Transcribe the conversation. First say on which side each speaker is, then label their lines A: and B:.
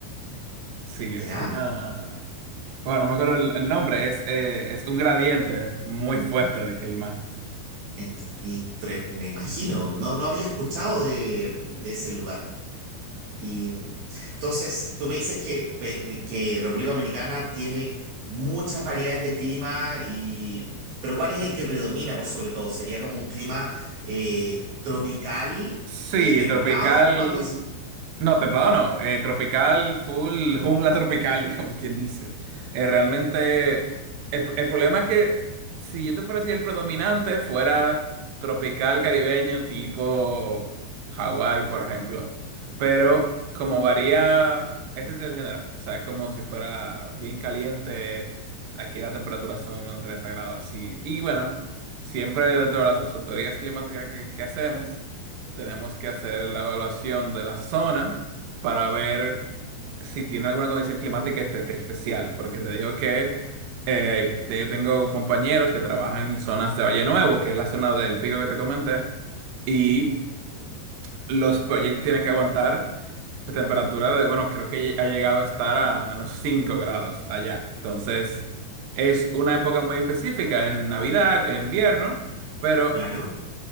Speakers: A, on the right; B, on the right.
A: sí, es
B: ¿Ya?
A: una... Bueno, no me acuerdo el, el nombre, es, eh, es un gradiente muy fuerte de clima.
B: Eh, Y tre- me imagino, no, no había escuchado de, de ese lugar. Y entonces, tú me dices que, pe- pe- que República Dominicana tiene muchas variedades de clima y... Pero ¿cuál es el que predomina por sobre todo? ¿Sería como un clima eh, tropical,
A: Sí,
B: eh, templado
A: tropical.
B: o algo así?
A: No, templado no. eh, tropical, full jungla tropical, <laughs> como quien dice. Eh, realmente, el, el problema es que si yo te fuera a decir el predominante, fuera tropical caribeño, tipo Hawái, por ejemplo. Pero como varía, ese es el general. O sea, es como si fuera bien caliente. Aquí la temperatura son unos 30 grados así. Y bueno, siempre dentro de las consultorías climáticas que que hacemos. Tenemos que hacer la evaluación de la zona para ver si tiene alguna condición climática espe- especial, porque te digo que eh, hay- te- yo tengo compañeros que trabajan en zonas de Valle Nuevo, que es la zona del pico que te comenté, y los proyectos tienen que aguantar la temperatura de, bueno, creo que ha llegado a estar a menos 5 grados allá. Entonces, es una época muy específica, en Navidad, en invierno, pero
B: Claro.